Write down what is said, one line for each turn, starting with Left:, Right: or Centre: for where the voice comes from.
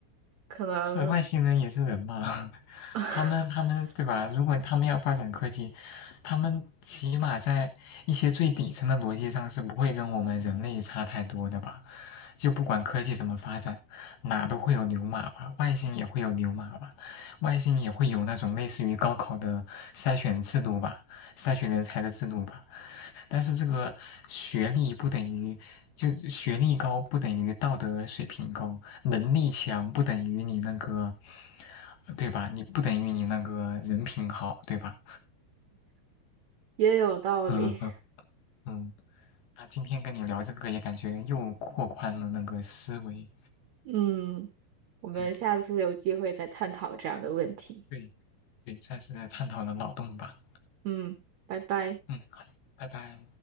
Right: 可能
Left: 是外星人也是人嘛，<laughs>
Right: <laughs>
Left: 他们他们对吧？如果他们要发展科技，他们起码在一些最底层的逻辑上是不会跟我们人类差太多的吧？就不管科技怎么发展，哪都会有牛马吧，外星也会有牛马吧，外星也会有那种类似于高考的筛选制度吧，筛选人才的制度吧。但是这个学历不等于，就学历高不等于道德水平高，能力强不等于你那个，对吧？你不等于你那个人品好，对吧？
Right: 也有道理。
Left: 嗯嗯嗯。那今天跟你聊这个也感觉又拓宽了那个思维，
Right: 嗯，我们下次有机会再探讨这样的问题。
Left: 嗯，对对，算是探讨了脑洞吧，
Right: 嗯，拜拜。
Left: 嗯，好，拜拜。